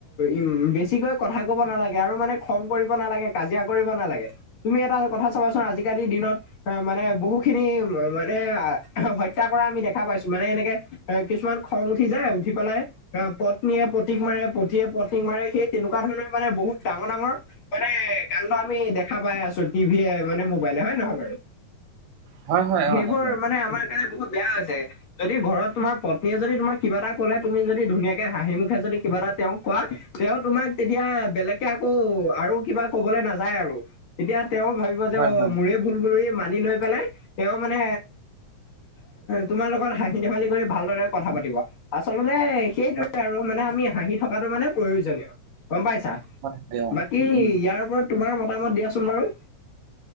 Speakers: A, on the left; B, on the right.
A: উ বেছিকৈ কথা কব নালাগে, আৰু মানে খং কৰিব নালাগে, কাজিয়া কৰিব নালাগে। তুমি এটা কথা চাবাচোন, আজিকালিৰ দিনত অ', মানে বহু খিনি মানে হত্যা কৰা আমি দেখা পাইছো, মানে এনেকে এ কিছুমান খং উঠি যায়, উঠি পেলাই অ', পত্নীয়ে পতীক মাৰে, পতীয়ে পত্নীক মাৰে। সেই তেনেকুৱা ধৰণৰ মানে, বহুত ডাঙৰ ডাঙৰ মানে কাণ্ড আমি দেখা পাই আছো টিভিয়ে মানে মোবাইলে, হয়নে নহয় বাৰু?
B: হয় হয়
A: সেইবোৰ
B: অ তাকে
A: মানে, আমাৰ কাৰণে বহুত বেয়া হৈছে। যদি ঘৰত তোমাৰ পত্নীয়ে যদি তোমাক কিবা এটা কলে, তুমি যদি ধুনীয়াকে হাঁহি মুখে যদি কিবা এটা তেওঁক কোৱা তেওঁ তোমাক তেতিয়া, বেলেগকে আকৌ আৰু কিবা ক'বলৈ নাযায় আৰু, এতিয়া তেওঁ ভাবিব যে
B: হয়
A: অ'
B: হয়
A: মৌৰে ভুল বুলি মানি লৈ পেলাই, তেওঁ মানে তোমাৰ লগত হাঁহি ধেমালি কৰি ভালদৰে কথা পাতিব। আচলতে সেইটোৱে
B: হয়
A: আৰু মানে আমি হাঁহি থকাটো মানে প্ৰয়োজনীয়, গম পাইছা?
B: হয়। অ
A: <unintelligible> ইয়াৰ
B: উম উম
A: ওপৰত তোমাৰ মতামত দিয়াচোন বাৰু?